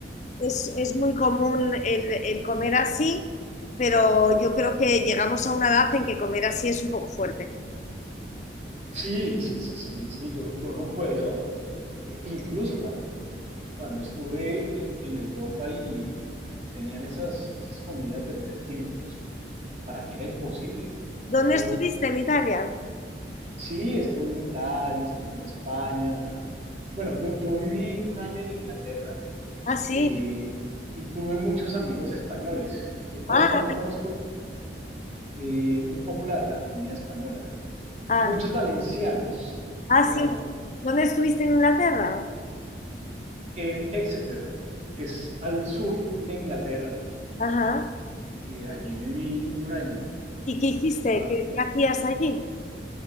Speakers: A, on the left; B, on the right.
A: es, es muy común el, el comer así, pero yo creo que llegamos a una edad en que comer así es un poco fuerte.
B: sí, sí, sí, sí, sí, yo, yo no puedo. I- Incluso cuando, cuando estuve en, en Europa y tenían esas, esas comidas de tres tiempos, para mí era imposible.
A: ¿Dónde
B: Yo
A: estuviste en Italia?
B: sí estuve en Italia, estuve en España. Bueno, yo, yo viví un año en Inglaterra
A: Ah, sí.
B: eh, y tuve muchos amigos españoles. Eh, por
A: Ah,
B: eso también conozco eh, un poco la, la comida española.
A: ah,
B: Muchos valencianos,
A: ah,
B: en realidad.
A: sí. ¿Dónde estuviste en Inglaterra?
B: En Exeter, que es al sur de Inglaterra,
A: Ajá.
B: eh, allí viví un año
A: ¿Y
B: aproximadamente.
A: qué hiciste? ¿Qué, qué hacías allí?